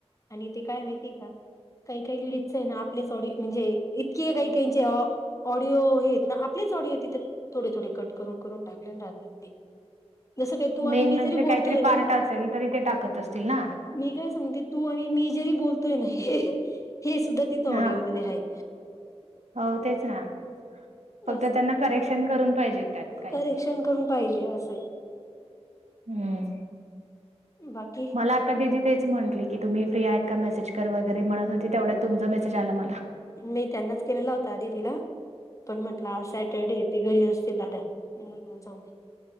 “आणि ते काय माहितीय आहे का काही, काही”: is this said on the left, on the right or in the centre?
Left